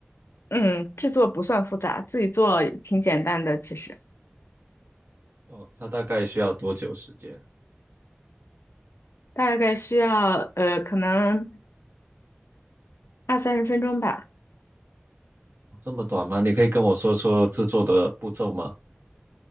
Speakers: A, on the left (about 80°); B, on the right (about 60°).
A: 嗯，制作不算复杂，自己做挺简单的，其实
B: 哦，它大概需要多久时间？
A: 大概需要呃可能二三十分钟吧。
B: 这么短吗？你可以跟我说说制作的步骤吗？